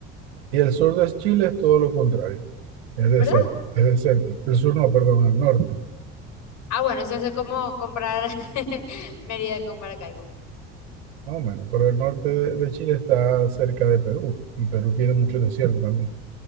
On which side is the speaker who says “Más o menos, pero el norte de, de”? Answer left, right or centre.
Right